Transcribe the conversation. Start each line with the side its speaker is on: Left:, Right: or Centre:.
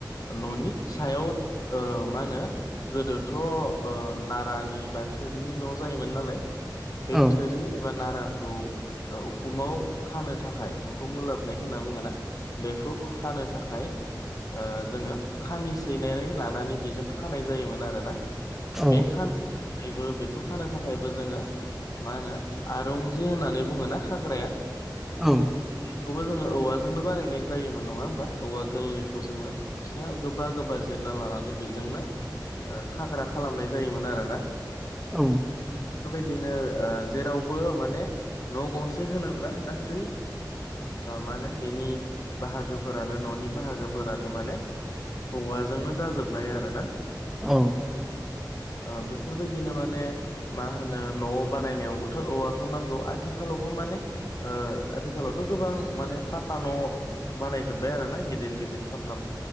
Left: न'नि सायाव ओ मा होनो गोदोथ' ओ नारानि बा थोरिनि न' जायोमोन नालाय बे
Centre: औ
Left: थोरि एबा नाराखौ औ उखुमाव खानो थाखाय उखुम ओलाबनाय होनना बुङो ना बेखौ खानो थाखाय ओ जोङो खामि सैनानै लानानै बेजों खानाय जायोमोन आरोना
Centre: औ
Left: बे खानो <unintelligible> थाखायबो बेखौ खानो थाखायबो जोङो मा होनो आरुंजि होननानै बुङो ना खाग्राया
Centre: औ
Left: बेखौबो जोङो औवाजोंनो बानायनाय जायोमोन नङा होमबा औवा गोरलै खौ जोङो फिथ गोबा गोबा जिरना लानानै बेजोंनो ओ खाग्रा खालामनाय जायोमोन आरो ना
Centre: औ
Left: बेफोरबायदिनो जेरावबो माने न' गंसे होनोब्ला गासै मा होनो बेनि बाहागोफोरानो न'नि बाहागो फोरानो माने औवाजोंनो जाजोबनाय आरो ना
Centre: औ
Left: ओ बेफोरबायदिनो माने मा होनो न'आव बानायनायावबोथ' औवाखौ नांगौ आथिखालावबो माने आथिखालावथ' गोबां माने पाका न' बानायजोब्बाय आरो ना गिदिर गिदिर फाखा